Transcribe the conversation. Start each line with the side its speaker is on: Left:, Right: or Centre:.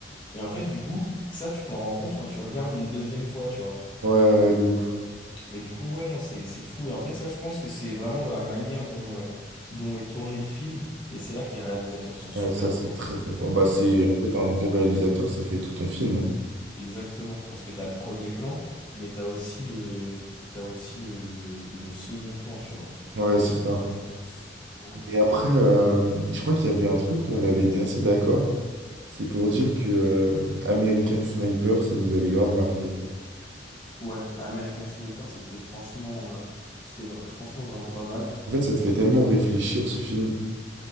Left: Et en fait, du coup, ça, tu t'en rends compte quand tu regardes une deuxième fois, tu vois.
Right: Ouais, ouais, de ouf.
Left: Mais du coup, ouais, non, c'est c'est fou. Et en fait, ça, je pense que c'est vraiment dans la manière dont, euh, dont est tourné le film. Et c'est là que les réalisateurs sont super
Right: Ouais, ça, c'est
Left: forts.
Right: très très fort. Bah, c'est
Left: Tu vois, c'est-
Right: en fait un bon réalisateur, ça fait tout ton film. hein.
Left: exactement. Parce que t'as le premier plan, mais t'as aussi le, t'as aussi le, le, le second plan, tu vois.
Right: Ouais,
Left: Et
Right: c'est
Left: je trouve
Right: ça.
Left: ça fou. Je trouve ça vraiment fou.
Right: Et après, euh, je crois qu'il y avait un truc où on avait été assez d'accord. C'est pour dire que euh, American Sniper, ça nous avait grave marqué.
Left: Ouais, American Sniper, c'était franchement, euh, c'était vra- franchement vraiment pas mal.
Right: En fait, ça te fait tellement réfléchir ce film.